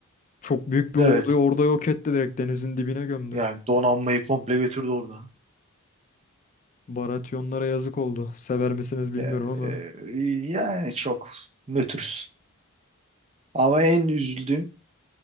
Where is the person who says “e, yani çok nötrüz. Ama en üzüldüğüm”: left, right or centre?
Right